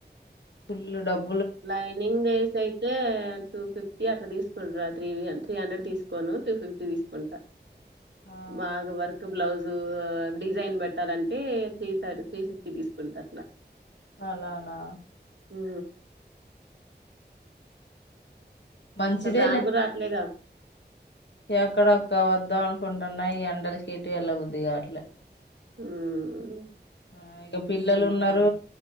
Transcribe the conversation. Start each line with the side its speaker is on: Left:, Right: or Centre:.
Left: ఫుల్ డబ్బు
Right: లైనింగ్ ఏసి అయితే టూ ఫిఫ్టీ అట్లా తీసుకుంటరా త్రీ త్రీ హండ్రెడ్ తీసుకోను టూ ఫిఫ్టీ తీసుకుంటా
Left: ఆ
Right: బాగా వర్క్ బ్లౌజ్ డిజైన్ పెట్టాలంటే త్రీథ త్రీ ఫిఫ్టీ తీసుకుంటా అట్లా
Left: అలానా
Right: ఉ
Left: మంచిదేలే
Right: అసలు రానునికి రాట్లేగా
Left: ఎక్కడక్క వద్దాం అనుకుంటున్నా ఈ ఎండలకీ ఎటు ఎల్ల బుద్ది గట్లే
Right: ఉహ్మ్
Left: ఆ ఇక పిల్లలు ఉన్నారు